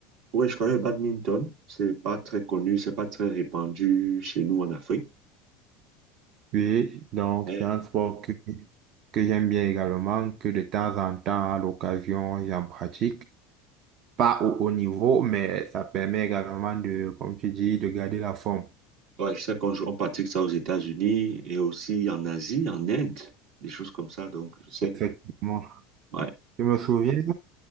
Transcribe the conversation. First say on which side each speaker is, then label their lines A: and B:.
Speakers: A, on the right (about 60°); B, on the right (about 45°).
A: Ouais, je connais le badminton. C'est pas très connu, c'est pas très répandu chez nous en Afrique.
B: Oui, donc
A: Mais,
B: c'est un sport que, que j'aime bien également, que de temps en temps, à l'occasion, j'en pratique. pas au haut niveau, mais ça permet également de, comme tu dis, de garder la forme.
A: ouais, je sais qu'on joue- on pratique ça aux États-Unis et aussi en Asie, en Inde, des choses comme ça. Donc, je sais.
B: Effectivement.
A: Ouais.
B: Je me souviens,